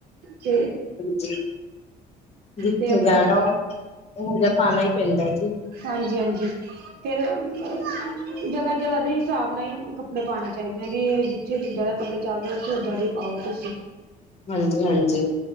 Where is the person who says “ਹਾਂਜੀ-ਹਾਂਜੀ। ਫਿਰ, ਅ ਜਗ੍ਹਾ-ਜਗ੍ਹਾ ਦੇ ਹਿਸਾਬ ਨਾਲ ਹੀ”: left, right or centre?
Right